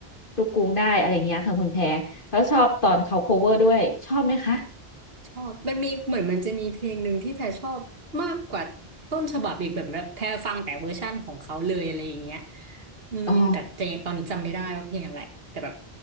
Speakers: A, on the left; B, on the right.
A: ลูกกรุงได้อะไรอย่างเงี้ยค่ะคุณแพรแล้วชอบตอนเขา cover ด้วยชอบไหมคะ
B: ชอบมันมีเหมือนมันจะมีเพลงหนึ่งที่แพรชอบมากกว่าต้นฉบับอีกแบบแบบแพรฟังแต่เวอร์ชั่นของเขาเลยอะไรอย่างเงี้ยอืมแต่แต่ยังตอนนี้จำไม่ได้ว่าเพลงอะไรแต่แบบ
A: อ๋อ